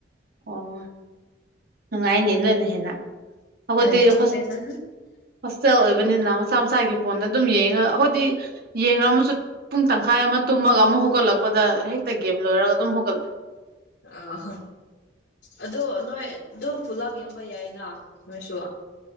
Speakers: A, on the right (about 60°); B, on the left (about 90°).
A: ꯑꯣ ꯅꯨꯡꯉꯥꯏꯅꯦ ꯅꯣꯏꯅ ꯍꯦꯟꯅ ꯑꯈꯣꯏꯗꯤ
B: ꯑꯩ ꯈꯪꯗꯦꯗ
A: ꯍꯣꯁ ꯍꯣꯁꯇꯦꯜ ꯑꯣꯏꯕꯅꯤꯅ ꯃꯁꯥ ꯃꯁꯥꯒꯤ ꯐꯣꯟꯗ ꯑꯗꯨꯝ ꯌꯦꯡꯉ ꯑꯈꯣꯏꯗꯤ ꯌꯦꯡꯔꯝꯃꯁꯨ ꯄꯨꯡ ꯇꯪꯈꯥꯏ ꯑꯃ ꯇꯨꯝꯃꯒ ꯑꯃꯨꯛ ꯍꯧꯒꯠꯂꯛꯄꯗ ꯍꯦꯛꯇ ꯒꯦꯝ ꯂꯣꯏꯔꯒ ꯑꯗꯨꯝ ꯍꯧꯒꯠꯂꯦ
B: ꯑ ꯍꯣ ꯑꯗꯨ ꯅꯣꯏ ꯑꯗꯨꯝ ꯄꯨꯂꯞ ꯌꯦꯡꯕ ꯌꯥꯏꯅ ꯅꯣꯏꯁꯨ